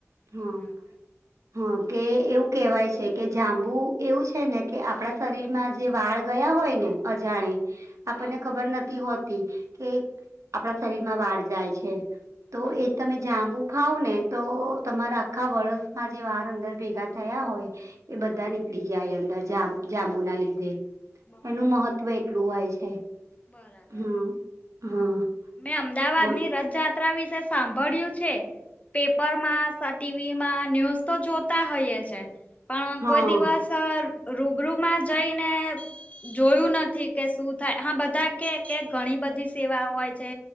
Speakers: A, on the right; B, on the left.
A: હા.
B: બરાબર
A: હા, કે એવું કેહેવાય છે કે જાંબુ એવું છે ને કે આપણા શરીર માં જે વાળ ગયા હોય ને, અજાણે આપણને
B: હા
A: ખબર નથી હોતી કે આપણા શરીરમાં વાળ જાય છે, તો
B: હા
A: એ તમે જાંબુ ખાાવ ને, તો તમારા આખા વર્સમાં જે વાર અંદર ભેગા થયા હોય એ બધા
B: હા
A: નીકળી જાય એ અંદર જા જાંબુ ના લીધે.
B: બરાબર
A: એનું મહત્વ એટલું હોય છે
B: બરાબર.
A: હમ હા.
B: મેં અમદાવાદ
A: બોલ
B: ની રથયાત્રા વિશે સાંભળ્યું છે. પેપર માં ટીવીમાં ન્યૂઝ તો જોતા હોઈએ છે. પણ
A: હા
B: કોઈ દિવસ રૂબરૂમાં જઈને જોયું નથી કે શું થાય હા બધા કે કે ઘણી બધી સેવા હોય છે.